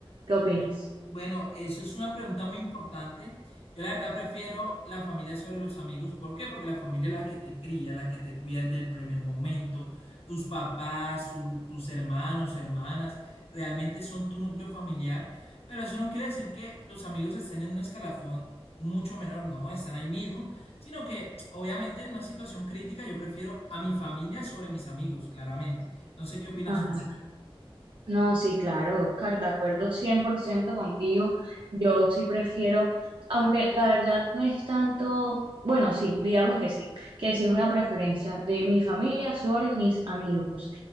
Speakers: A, on the right; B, on the left.
A: ¿Qué opinas?
B: Bueno, eso es una pregunta muy importante. Yo la verdad prefiero la familia sobre los amigos. ¿Por qué? Porque la familia es la que te cría, la que te cuida desde el primer momento. Tus papás, su- tus hermanos, hermanas, realmente son tu núcleo familiar. Pero eso no quiere decir que los amigos estén en un escalafón mucho menor, no, están ahí mismo, sino que obviamente en una situación crítica yo prefiero a mi familia sobre mis amigos, claramente. No sé qué opinas
A: Ajá.
B: tú.
A: No, sí, claro, Oscar, de acuerdo 100% contigo. Yo sí prefiero, aunque la verdad no es tanto, bueno, sí, digamos que sí, que sí es una preferencia de mi familia sobre mis amigos.